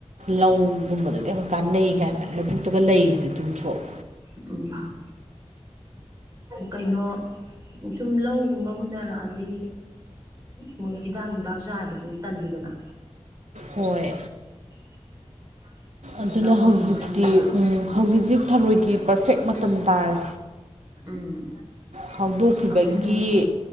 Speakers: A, on the right; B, on the right.
A: ꯂꯧꯒꯨꯝꯕꯗꯗꯤ ꯌꯥꯝ ꯀꯥꯟꯅꯩ ꯀꯥꯏꯅ ꯂꯧꯕꯨꯛꯇꯒ ꯂꯩꯔꯤꯁꯤ ꯇꯤꯟꯊꫭꯛ
B: ꯎꯝ ꯀꯩꯅꯣ ꯁꯨꯝ ꯂꯧꯒꯨꯝꯕ ꯍꯨꯟꯅꯔꯛꯑꯗꯤ ꯃꯣꯏ ꯍꯤꯗꯥꯛ ꯅꯨꯡꯗꯥꯛ ꯆꯥꯥꯏꯕꯗꯨꯗꯤ ꯇꯜꯂꯤꯗꯅ
A: ꯍꯣꯏ
B: <unintelligible>
A: ꯑꯗꯨꯅ
B: ꯂꯧ
A: ꯍꯧꯖꯤꯛꯇꯤ
B: ꯍꯨꯟꯅꯗ꯭ꯔꯤꯉꯩꯗ
A: ꯎꯝ ꯍꯧꯖꯤꯛꯁꯤ ꯊꯔꯣꯏꯒꯨ ꯄꯔꯐꯦꯛ ꯃꯇꯝ ꯇꯥꯔꯦ
B: ꯎꯝ
A: ꯐꯥꯎꯗꯣꯛꯈꯤꯕꯒꯤ
B: ꯍꯧꯖꯤꯛ ꯅꯣꯡ